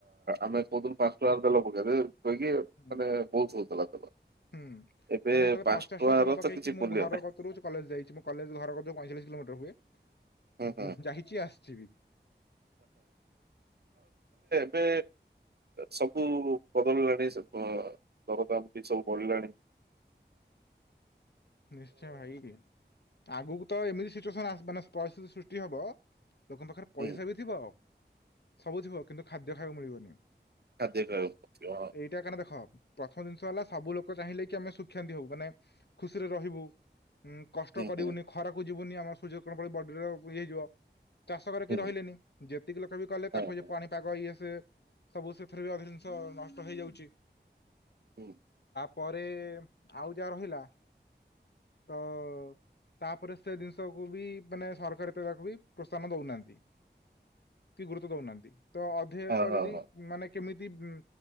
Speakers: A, on the right (about 60°); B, on the left (about 65°).
A: ଆମେ କୋଉଥିରୁ ପାଞ୍ଚଟଙ୍କାରେ ତେଲ ପକେଇବେ। କହିକି ମାନେ
B: ହୁଁ
A: ବହୁତ ହଉଥିଲା ତେଲ।
B: ହୁଁ କାହିଁକନା
A: ଏବେ
B: ସେତେବେଳେ
A: ପାଞ୍ଚ
B: ପଚଶ
A: ଟଙ୍କାର
B: ଟା ତେଲ ପକ
A: ତ କିଛି
B: ମୁଁ
A: ମୂଲ୍ୟ
B: ଘର
A: ନାହିଁ।
B: କୁରୁଛି କଲେଜ ଯାଇଛି। ମୁଁ କଲେଜ ଧର ପଇଞ୍ଚଚାଶ କିଲୋମିଟର ହୁଏ।
A: ହୁଁ ହୁଁ
B: ଯାଇଛି ଆସିଛିିବି
A: ପେ ସବୁ ବଦଳିଲାଣି ଦରଦାମ ବି ସବୁ ବଳିଲାଣି <inaudible>
B: ନିଶ୍ଚୟ ଭାଇକି ଆଗକୁ ତ ଏମିତି ସିଚୁଏସନ ମାନେ ପରିସ୍ଥିତି ସୃଷ୍ଟି ହବ ଲୋକଙ୍କ ପାଖରେ
A: ହୁଁ
B: ପଇସା ବି ଥିବ ସବୁ ଥିବ କିନ୍ତୁ ଖାଦ୍ୟ ଖାଇବାକୁ ମିଳିବନି।
A: <unintelligible>
B: ଏଇଟା କାରଣ ଦେଖ ପ୍ରଥମ ଜିନିଷ ହେଲା ସବୁ ଲୋକ ଚାହିଁଲେ କି ଆମେ ସୁଖାନ୍ତି ହବୁ ମାନେ ଖୁସିରେ ରହିବୁ। ଉଁ କଷ୍ଟ
A: ହୁଁ
B: କରିବୁନି
A: ହୁଁ
B: ଖରାକୁ ଯିବୁନି ଆମର ସୂର୍ଯ୍ୟ କଣ ପଡ ବଡିରେ ଇଏ ହେଇଯିବ। ଚାଷ କରିକି
A: ହୁଁ
B: ରହିଲେନି ଯେତିକି ଲୋକ ବି କଲେ
A: ହଁ
B: ତାକୁ ଯେ
A: ହଁ
B: ପାଣିପାଗ ଇଏ ସେ ସବୁ ସେଥିରେ ବି ଅଧ ଜିନିଷ ନଷ୍ଟ ହେଇଯାଉଛି।
A: ହୁଁ।
B: ପରେ ଆଉ ଯାହା ରହିଲା ତ ତାପରେ ସେ ଜିନିଷକୁୁ ବି ମାନେ ସରକାର ଏତେ ତାକୁ ବି ପ୍ରୋତ୍ସାହନ ଦଉନାହାନ୍ତି। କି ଗୁରୁତ୍ବ ଦଉନାହାନ୍ତି ତ ଅଧକ
A: ହଁ ହଁ
B: ଯଦି
A: ହଁ
B: ମାନେ କେମିତି ଉଁ